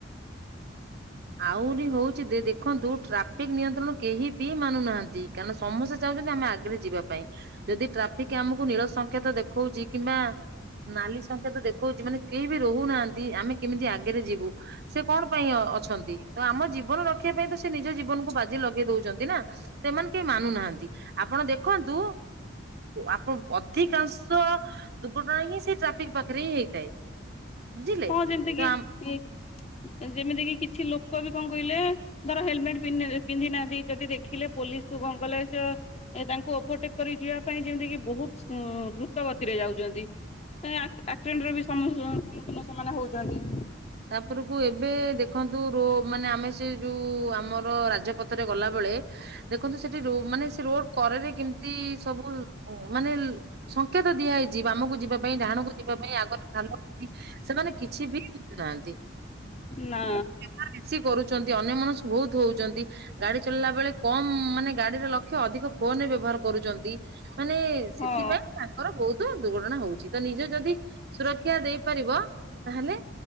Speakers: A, on the right; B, on the left.
A: ଆହୁରି ହଉଛି ଦେ ଦେଖନ୍ତୁ ଟ୍ରାଫିକ ନିୟନ୍ତ୍ରଣ କେହି ବି ମାନୁ ନାହାନ୍ତି। କାରଁ ସମସ୍ତେ ଚାହୁଛନ୍ତି ଆମେ ଆଗରେ ଯିବା ପାଇଁ। ଯଦି ଟ୍ରାଫିକ ଆମକୁ ନୀଳ ସଂକେତ ଦେଖଉଛି କିମ୍ବା ନାଲି ସଙ୍କେତ ଦେଖଉଛି ମାନେ କେହି ବି ରହୁନାହାନ୍ତି ଆମେ କେମିତି ଆଗରେ ଯିବୁ ସେ କଣ ପାଇଁ ଅଛନ୍ତି ତ ଆମ ଜୀବନ ରଖିବା ପାଇଁ ତ ସେ ନିଜ ଜୀବନକୁ ବାଜି ଲଗେଇ ଦଉଛନ୍ତି ନା ସେମାନେ କେହି ମାନୁନାହାନ୍ତି ଆପଣ ଦେଖନ୍ତୁ। ଆପଣ ଅଧିକାଂଶ ଦୁର୍ଘଟଣା ହିଁ ସେ ଟ୍ରାଫିକ ପାଖରେ ହିଁ ହେଇଥାଏ ବୁଝିଲେ
B: ହଁ ଯେମିତି
A: ତ
B: କିି
A: ଆମ
B: ଯେମିତି କିି କିଛି ଲୋକ ବି କଣ କହିଲେ ଧର ହେଲମେଟ ପିନ୍ଧି ନାହାନ୍ତି ଯଦି ଦେଖିଲେ ପୋଲିସ କୁ କଣ କଲେ ସେ ଏ ତାଙ୍କୁ ଓଭରଟେକ୍ କରି ଯିବା ପାଇଁ ଯେମିତି କି ବହୁତ ଦ୍ରୁତ ଗତିରେ ଯାଉଛନ୍ତି ଆକ୍ସିଡେଣ୍ଟ ର ସମ୍ମୁଖୀନ ସେମାନେ ହଉଛନ୍ତି
A: ତାପରକୁ ଏବେ ଦେଖନ୍ତୁ ରୋ ମାନେ ଆମେ ସେ ଯୋଉ ଆମର ରାଜପଥରେ ଗଲାବେଳେ ଦେଖନ୍ତୁ ସେଠି ମାନେ ସେ ରୋଡ କରେରେ କେମିତି ସବୁ ମାନେ ସଂଙ୍କେତ ଦିଆହଇଛି ବାମମକୁ ଯିବା ପାଇଁ ଡାହାଣ କକୁ ଯିବା ପାଇଁ ଆଗରେଲ ସେମାନେ କିଛି ବି ହାନ୍ତି
B: ନା
A: ବେଶୀ କରୁଛନ୍ତି ଅନ୍ୟ ମାନଷ ବହୁତ ହଉଛନ୍ତି ଗାଡି ଚଲେଇଲା ବେଳେ କମ ମାନେ ଗାଡିର ଲକ୍ଷ ଅଧିକ ଫୋନ ବ୍ୟବହାର କରୁଛନ୍ତି ମାନେ ସେଥିପାଇଁ
B: ହଁ
A: ର ବହୁତ ଦୁର୍ଘଟଣା ହଉଛି ତ ନିଜ ଯଦି ସୁରକ୍ଷା ଦେଇପାରିବ ତାହେଲେ